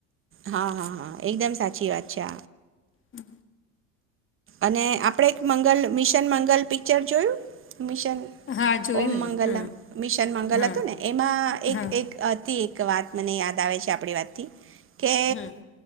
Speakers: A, on the right; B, on the left.
A: હા હા હા. એકદમ સાચી વાત છે.
B: હમ.
A: અને આપણે એક મંગલ મિશન મંગલ પિક્ચર જોયું. મિશન
B: હા જોયું
A: ઓમ મંગલ
B: ને હા
A: મિશન મંગલ
B: હા
A: હતું ને એમાં એક
B: હા
A: એક હતી એક વાત મને યાદ આવે છે આપડી વાતથી કે
B: હમ